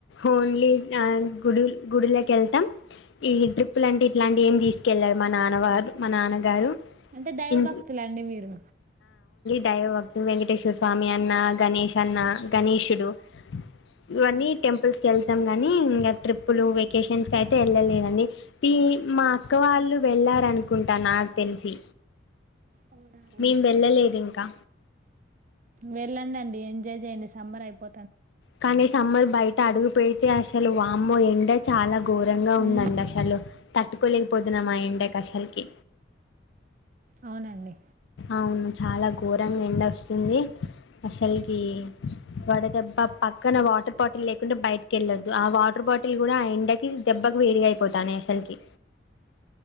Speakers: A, on the left; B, on the right.
A: ఓన్లీ ఆ గుడు గుడుల కెళ్తాం, ఈ ట్రిప్ లాంటే ఇట్లాంటి ఏం తీసుకెళ్ళరు మా నాన్న వారు మా నాన్నగారు.
B: అంటే దైవభక్తుల
A: ఇం
B: అండి మీరు
A: దైవభక్తు వెంకటేశ్వర స్వామి అన్న, గణేష్ అన్న, గణేషుడు ఇవన్నీ టెంపుల్స్ కెళ్తాం కానీ ఇంగ ట్రిప్పులు వెకేషన్స్ కి అయితే వెళ్ళలేదండి. మా అక్క వాళ్ళు వెళ్ళారనుకుంటా నాకు తెలిసి
B: అవునండి.
A: మేము వెళ్ళలేదు ఇంకా,
B: వెళ్ళండండి ఎంజాయ్ చేయండి సమ్మర్ అయిపో
A: కానీ సమ్మర్ బై ట అడుగు పెడితే అసలు వామ్మో ఎండ చాలా ఘోరంగా
B: ఉమ్,
A: ఉందండి అసలు తట్టుకోలేకపోతునం ఆ ఎండ కి అసలకి
B: అవునండి
A: అవును చాలా ఘోరంగా ఎండ వస్తుంది. అసలకి వడదెబ్బ పక్కన వాటర్ బాటిల్ లేకుండా బయటకి వెళ్ళొద్దు, ఆ వాటర్ బాటిల్ కూడా ఆ ఎండకి దెబ్బకి వేడిగా అయిపోతాన్నాయి అసలుకి.